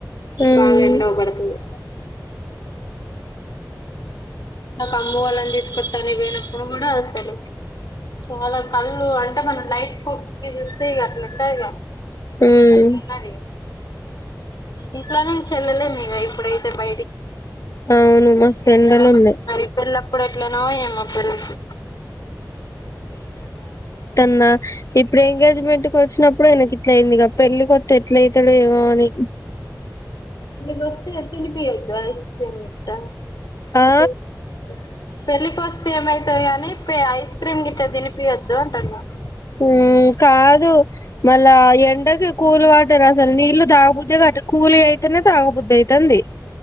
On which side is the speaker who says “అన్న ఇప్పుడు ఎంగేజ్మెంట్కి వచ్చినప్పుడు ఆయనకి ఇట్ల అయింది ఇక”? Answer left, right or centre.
Left